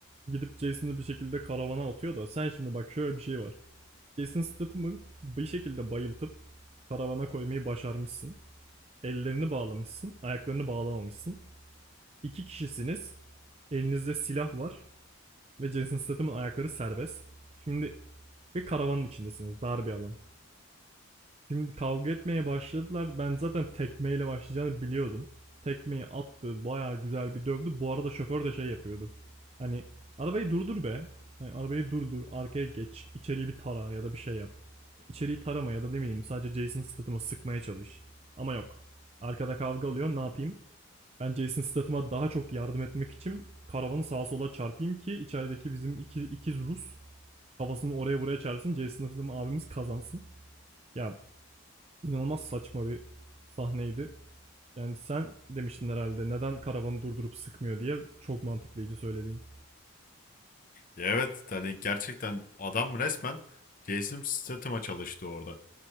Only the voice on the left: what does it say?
Ya Evet hani gerçekten adam resmen Jason Statham'a çalıştı orada.